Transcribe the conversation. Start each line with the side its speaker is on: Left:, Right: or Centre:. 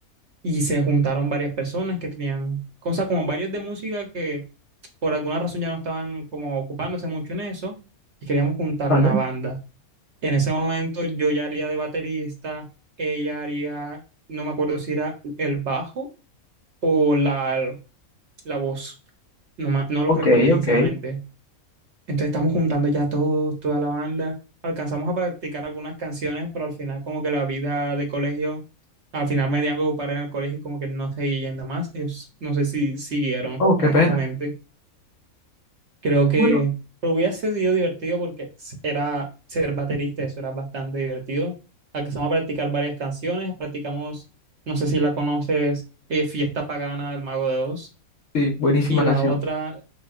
Right: y se juntaron varias personas que tenían cosas como varios de música que por alguna razón ya no estaban como ocupándose mucho en eso y queríamos juntar
Left: vale.
Right: una banda. En ese momento yo ya haría de baterista, ella haría, no me acuerdo si era el bajo o la, la voz, no, ma- no lo
Left: Ok,
Right: recuerdo sinceramente,
Left: ok.
Right: entonces estamos juntando ya todos, toda la banda. Alcanzamos a practicar algunas canciones, pero al final como que la vida de colegio, al final me dieron que ocupar en el colegio y como que no seguí yendo más. Ellos no sé si siguieron,
Left: Oh,
Right: honestamente.
Left: qué pena.
Right: Creo que
Left: Bueno,
Right: lo hubiera sido divertido porque s- era ser baterista, eso era bastante divertido. Alcanzamos a practicar varias canciones, practicamos, no sé si la conoces, eh, Fiesta Pagana del Mago de Oz.
Left: sí, buenísima
Right: Y la
Left: canción.
Right: otra